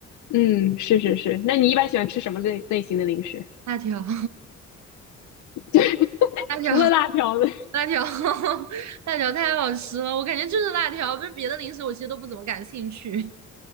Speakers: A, on the left; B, on the right.
A: 嗯，是是是。那你一般喜欢吃什么类类型的零食？
B: 辣条，<laughs>
A: <laughs> 就
B: 辣条。
A: 除了辣条的，
B: 辣条，<laughs> 辣条太好吃了，我感觉就是辣条，不是别的零食，我其实都不怎么感兴趣。